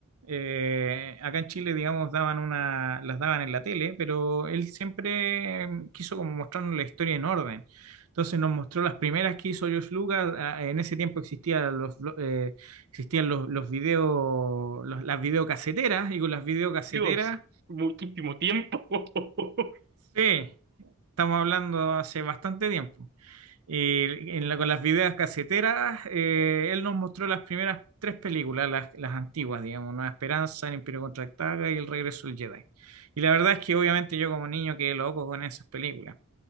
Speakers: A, on the right; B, on the right.
A: Eh, acá en Chile, digamos, daban una, las daban en la tele, pero él siempre eh, quiso como mostrarnos la historia en orden. Entonces nos mostró las primeras que hizo George Lucas. Ah, En ese tiempo existían los, blo- eh, existían los, los videos las videocaseteras y con las videocaseteras,
B: Dios, muchísimo tiempo. <laughs>
A: sí, Estamos hablando hace bastante tiempo. Y en la- con las videos caseteras, eh, él nos mostró las primeras tres películas, las, las antiguas, digamos, Nueva Esperanza, El Imperio Contraataca y El Regreso del Jedi. Y la verdad es que obviamente yo como niño quedé loco con esas películas.